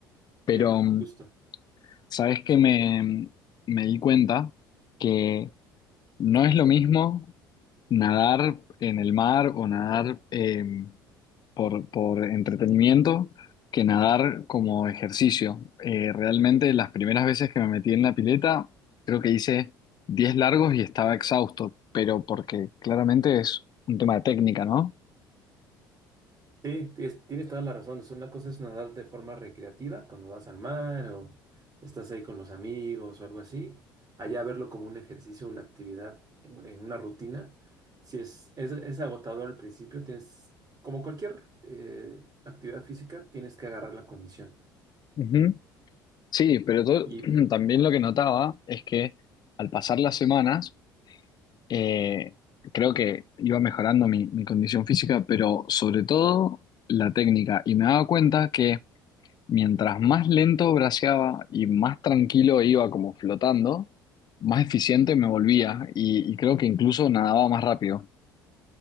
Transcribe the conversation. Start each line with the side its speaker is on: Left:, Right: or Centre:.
Left: Pero,
Right: Sí,
Left: mm,
Right: justo.
Left: ¿sabes que Me, mm, me di cuenta que no es lo mismo nadar en el mar o nadar eh, por, por entretenimiento que nadar como ejercicio. Eh, realmente las primeras veces que me metí en la pileta, creo que hice 10 largos y estaba exhausto, pero porque claramente es un tema de técnica, ¿no?
Right: Sí, tienes tienes toda la razón. Es una cosa es nadar de forma recreativa cuando vas al mar o estás ahí con los amigos o algo así. Allá verlo como un ejercicio, una actividad, un- eh, una rutina. Si es, es, es agotador al principio, tienes, como cualquier eh, actividad física, tienes que agarrar la condición.
Left: Ujú. Sí, pero todo-
Right: Y
Left: <clears throat> también lo que notaba es que al pasar las semanas, eh, creo que iba mejorando mi, mi condición física, pero sobre todo la técnica. Y me daba cuenta que Mientras más lento braceaba y más tranquilo iba como flotando, más eficiente me volvía y, y creo que incluso nadaba más rápido.